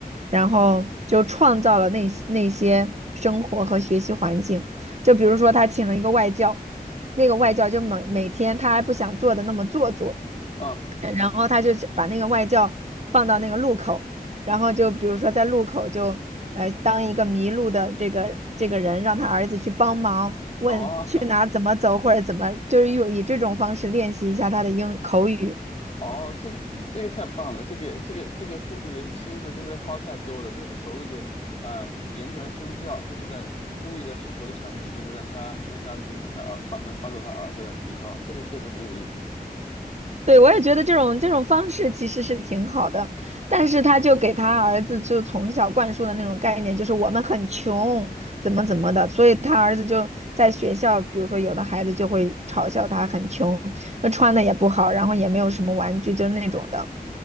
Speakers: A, on the right (about 45°); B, on the left (about 40°).
A: 然后就创造了那那些生活和学习环境，就比如说他请了一个外教。那个外教就每每天他还不想做的那么做作，
B: 啊，
A: 然后他就把那个外教放到那个路口，然后就比如说在路口就呃当一个迷路的这个这个人，让他儿子去帮忙，问去哪儿怎么走或者怎么，
B: 哦
A: 就是用以这种方式练习一下他的英口语。
B: 哦，这个这个太棒了，这个这个这个父亲的心思真的花太多了，就是所谓的啊言传身教，就是在故意在生活的场景，就是让他让他让他儿帮能帮助他儿子来提高，这个确实很有意思，
A: 对，我也觉得这种这种方式其实是挺好的，但是他就给他儿子就从小灌输的那种概念，就是我们很穷，怎么怎么的，所以他儿子就在学校，比如说有的孩子就会嘲笑他很穷，那穿的也不好，然后也没有什么玩具，就是那种的。